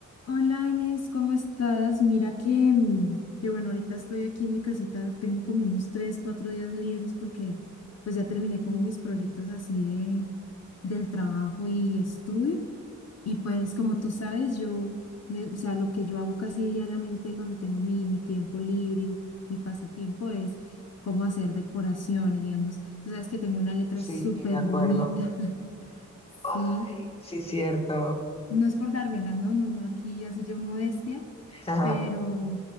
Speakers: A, on the left (about 55°); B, on the left (about 20°).
A: Hola Inés, ¿cómo estás? Mira que, mm, que bueno, ahorita estoy aquí en mi casita, tengo como unos tres, cuatro días libres porque pues ya terminé como mis proyectos así de, del trabajo y estudio. Y pues como tú sabes, yo, eh, o sea, lo que yo hago casi diariamente cuando tengo mi, mi tiempo libre y mi pasatiempo es cómo hacer decoraciones, digamos. Tú sabes que tengo una letra
B: Sí,
A: súper
B: me acuerdo.
A: bonita, <laughs> ¿sí?
B: Ay, sí, cierto.
A: No es por dármela, no, no, no, aquí así yo modestia
B: <laughs>
A: pero,